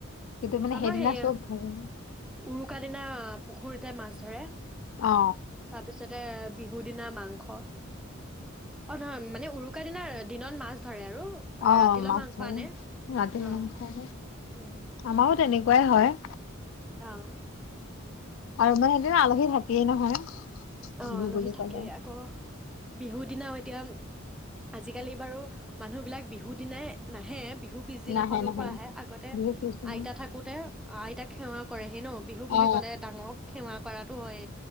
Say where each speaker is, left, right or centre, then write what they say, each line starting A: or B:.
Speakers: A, on the left; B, in the centre.
A: কিন্তু মানে
B: আমাৰ
A: সেইদিনা
B: সেইয়া
A: চব ধৰে
B: উৰুকা দিনা পুখুৰী ততে মাছ ধৰে
A: অ
B: তাৰ পিছতে এ বিহু দিনা মাংস অ নহয় মানে উৰু চকাাদিনাৰ দিনত মাছ ধৰে আৰু <unintelligible>
A: অ
B: ৰাতিলৈ
A: মাছ
B: মাংস
A: ধৰে
B: আনে
A: ৰাতি
B: অ
A: মাংস
B: উম,
A: আমাও তেনেকুৱাই হয়
B: অ
A: আৰু মানে সেইদিনা আলহী থাকিয়েইে নহয়
B: অ
A: বিহু
B: আলহী
A: বুলি ক'লে
B: থাকেই আকৌ বিহু দিনাও এতিয়া আজিকালি বাৰু মানুহ বিলাক বিহু দিনাই নাহে বিহু পিছদিনাখনৰ
A: নাহে নাহে
B: পৰা আহে আগতে
A: বিহু পিছদিনা
B: আইতা থাকোতে অ আইতাক সেৱা কৰে আহি ন বিহু বুলি
A: অ
B: ক'লে ডাঙক সেৱা কৰাতটো হয়